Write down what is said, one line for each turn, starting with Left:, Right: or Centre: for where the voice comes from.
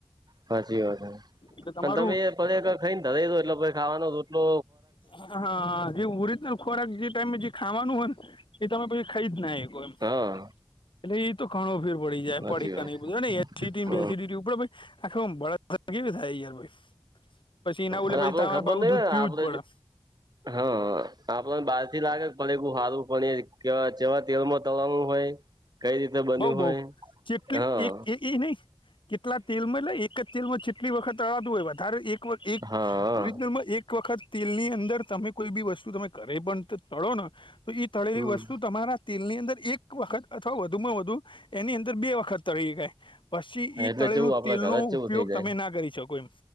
Right: સાચી વાત અને
Left: એટલે તમારું
Right: તમે પછ ખાઈને થો એટલેછ ખાવાનો તોટલો
Left: હા જે ઓરિજનલ ખોરાક જે ટાઈમેમે જે ખાવાનું હોય ને એ તમે પછી ખાઈ જ ના એટલે
Right: હા
Left: એ તો ઘણું ફીર પડી જાય
Right: સાચી
Left: પડી
Right: વાત
Left: ન
Right: હ
Left: બડે આ કેવી થાયયાર ભાઈ પછી એ ના ઉલે
Right: અને
Left: પછી
Right: આપણને
Left: તમારેું
Right: ખબર નહ
Left: દૂધ
Right: હોય
Left: પીવું
Right: આપડે
Left: જ પડે
Right: હા આપણને બાર થી લાગે હારું પર કેવા તેલમાં તળવાનું હોય કઈ રીતે બન્યું
Left: બઉ બઉ
Right: હોય
Left: ચેપલી
Right: હા
Left: એક એ એ નહી. કેટલા તેલમાં એટલે એક જ તેલમાં જેટલી વખત અતું હોય એક એક
Right: હા.
Left: ઓરિજિનલમાં એક એક વખત તેલ ની અંદર તમે કોઈ બી વસ્તુ તમે કરે પણ તળો ને તો તળેલી
Right: હમ.
Left: વસ્તુ તમારા તેલ ની અંદર એક વખત અથવા વધુમાં વધુ એની અંદર બે વખત તળ ગાય. પછી એ
Right: એટલે
Left: તળેલું
Right: ચેવું આપડા
Left: તેલનો
Right: ઘરે જ ચેવું
Left: ઉપયોગ
Right: થઇ જાય.
Left: તમે ના કરી શકો એમ